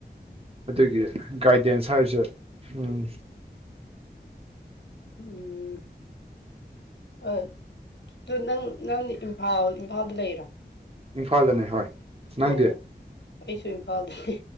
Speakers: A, on the right; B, on the left.
A: ꯑꯗꯨꯒꯤ ꯒꯥꯏꯗꯦꯟꯁ ꯍꯥꯏꯕꯁ‌‌ꯦ <unintelligible>
B: ꯎꯝ ꯑꯗꯨ ꯅꯪ ꯅꯪꯗꯤ ꯏꯝꯐꯥꯜ ꯏꯝꯐꯥꯜꯗ ꯂꯩꯔꯣ
A: ꯏꯝꯐꯥꯜꯗꯅꯦ ꯍꯣꯏ ꯅꯪꯗꯤ
B: ꯑꯣ ꯑꯩꯁꯨ ꯏꯝꯐꯥꯜꯗꯅꯦ